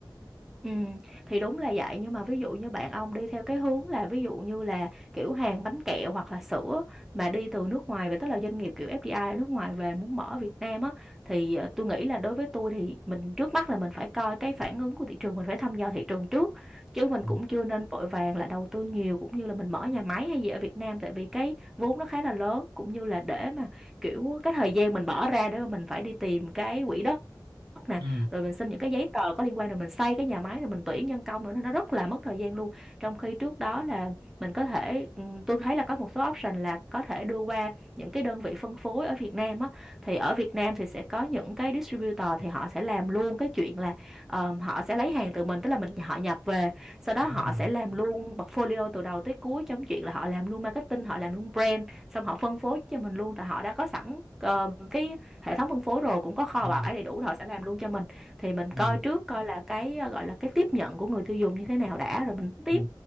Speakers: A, in the centre; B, on the right.
A: Ừ, thì đúng là vậy nhưng mà ví dụ như bạn ông đi theo cái hướng là ví dụ như là kiểu hàng bánh kẹo hoặc là sữa mà đi từ nước ngoài về tức là doanh nghiệp kiểu FDI ở nước ngoài về muốn mở ở Việt Nam á thì ờ, tôi nghĩ là đối với tôi thì mình trước mắt là mình phải coi cái phản ứng của thị trường mình phải thăm dò thị trường trước chứ mình
B: Ừ,
A: cũng chưa nên vội vàng là đầu tư nhiều cũng như là mình mở nhà máy hay gì ở Việt Nam tại vì cái vốn nó khá là lớn cũng như là để mà kiểu cái thời gian mình bỏ ra để mà mình phải đi tìm cái quỹ đất nè
B: Ừ,
A: rồi mình xin những cái giấy tờ có liên quan rồi mình xây cái nhà máy rồi mình tuyển nhân công nữa nên nó rất là mất thời gian luôn trong khi trước đó là mình có thể ừm, tôi thấy là có một số option là có thể đưa qua những cái đơn vị phân phối ở Việt Nam á thì ở Việt Nam thì sẽ có những cái distributor thì họ sẽ làm luôn cái chuyện là ờm, họ sẽ lấy hàng từ mình tức là mình họ nhập về sau đó họ
B: đúng rồi.
A: sẽ làm luôn portfolio từ đầu tới cuối trong chuyện là họ làm luôn marketing họ làm luôn brand xong họ phân phối cho mình luôn tại họ đã có sẵn ờ, cái hệ thống phân phối rồi cũng có kho
B: Ừ.
A: bãi đầy đủ rồi họ sẽ làm luôn cho mình thì mình
B: Ừ.
A: coi trước coi là cái ờ, gọi là cái tiếp nhận của người tiêu dùng như thế nào đã rồi mình tiếp
B: Ừ,